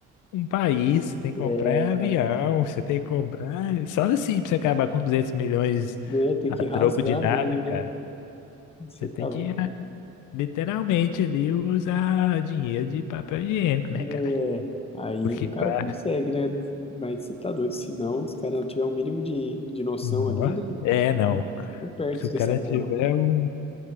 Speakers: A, on the left; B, on the left.
A: um país, você tem que
B: é,
A: comprar é,
B: o cara
A: avião, você tem que comprar... Só assim pra você acabar com 200 milhões
B: né, tem
A: a
B: que
A: troco
B: rasgar
A: de nada,
B: mesmo, né?
A: cara.
B: Você
A: Você
B: tá
A: tem
B: louco.
A: que Literalmente ali usa dinheiro de papel higiênico, né,
B: É,
A: cara?
B: aí
A: Porque
B: o cara
A: pra.
B: consegue, né? Mas você tá doido, se não, os caras não tiver o mínimo de, de noção
A: Nó.
B: ali, né?
A: É,
B: O cara
A: não.
B: não, não perde
A: Se o
B: dessa
A: cara
B: bola,
A: tiver
B: não.
A: um,